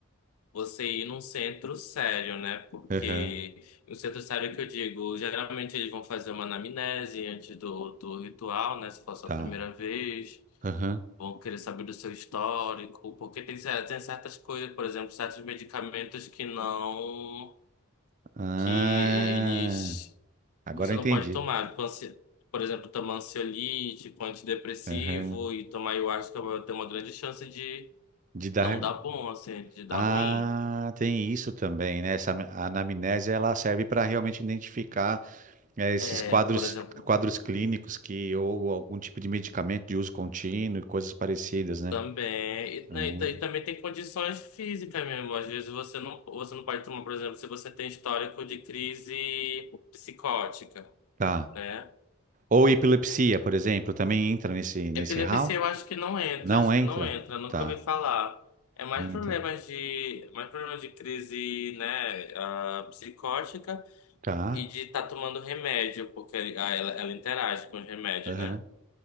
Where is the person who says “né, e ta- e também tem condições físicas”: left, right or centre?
Left